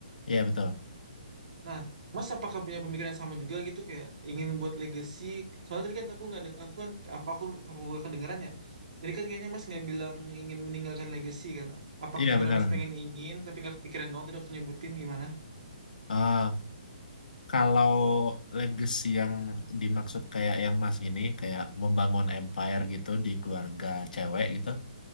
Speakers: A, on the left (about 85°); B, on the right (about 55°).
A: Iya betul.
B: Nah, Mas apakah punya pemikiran yang sama juga gitu kayak ingin buat legacy? Soalnya tadi kan aku nggak deng- aku kan apa aku apa aku nggak kedengeran ya? Tadi kan kayaknya Mas nggak bilang ingin meninggalkan legacy kan? Apakah
A: Iya
B: sebenarnya
A: benar.
B: Mas pengen ingin tapi nggak kepikiran dong tadi waktu nyebutin gimana?
A: Eh, kalau legacy yang dimaksud kayak yang mas ini, kayak membangun empire gitu di keluarga cewek gitu.